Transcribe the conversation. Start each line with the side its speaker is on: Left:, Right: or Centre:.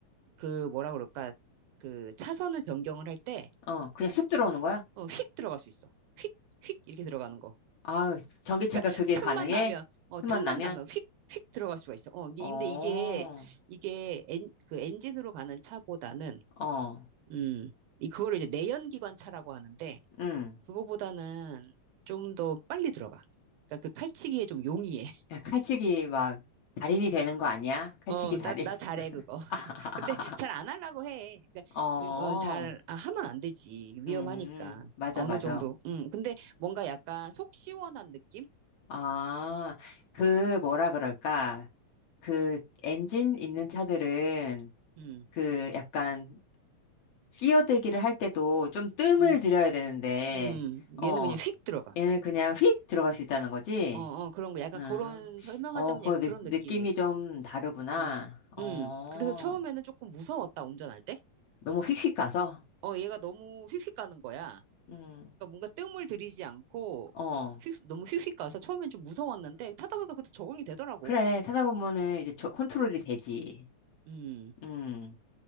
Right: 그 뭐라 그럴까, 그 차선을 변경을 할 때,
Left: 어, 그냥 쑥 들어오는 거야?
Right: 어, 휙 들어갈 수 있어. 휙, 휙 이렇게 들어가는 거.
Left: 아, 전기차가
Right: 그러니까,
Left: 그게
Right: 틈만
Left: 가능해?
Right: 나면, 어,
Left: 틈만
Right: 틈만
Left: 나면?
Right: 나면 휙, 휙 들어갈 수가 있어. 어, 이게-
Left: 어,
Right: 근데 이게, 이게 엔, 그 엔진으로 가는 차보다는,
Left: 어,
Right: 음, 이, 그거를 이제 내연기관 차라고 하는데,
Left: 음.
Right: 그거보다는 좀 더 빨리 들어가. 그러니까 그 칼치기에 좀 용이해.
Left: 야, 칼치기 막 달인이 되는 거 아니야? 칼치기
Right: 어,
Left: 달인.
Right: 나, 나 잘해, 그거.
Left: <laughs>
Right: <laughs> 근데 잘 안 하려고 해.
Left: 어.
Right: 그러니까, 어, 잘, 아, 하면 안 되지. 위험하니까.
Left: 음, 맞아,
Right: 어느
Left: 맞아.
Right: 정도. 음, 근데 뭔가 약간 속 시원한 느낌?
Left: 아, 그, 뭐라 그럴까. 그, 엔진 있는 차들은,
Right: 음,
Left: 그, 약간, 끼어들기를 할 때도 좀 뜸을
Right: 음,
Left: 들여야 되는데,
Right: 음.
Left: 어,
Right: 얘는 그냥 휙 들어가.
Left: 얘는 그냥 휙 들어갈 수 있다는 거지?
Right: 어, 어, 그런 거. 약간
Left: 응.
Right: 그런, 설명하자면
Left: 어, 그
Right: 약간
Left: 느,
Right: 그런
Left: 느낌이
Right: 느낌이.
Left: 좀 다르구나.
Right: 음,
Left: 어,
Right: 음. 그래서 처음에는 조금 무서웠다, 운전할 때.
Left: 너무 휙휙 가서?
Right: 어, 얘가 너무 휙휙 가는 거야.
Left: 음,
Right: 그러니까 뭔가 뜸을 들이지 않고,
Left: 어.
Right: 휙, 너무 휙휙 가서 처음엔 좀 무서웠는데, 타다 보니까 그래도 적응이 되더라고.
Left: 그래, 타다 보면은 이제 저 컨트롤이 되지.
Right: 음.
Left: 음.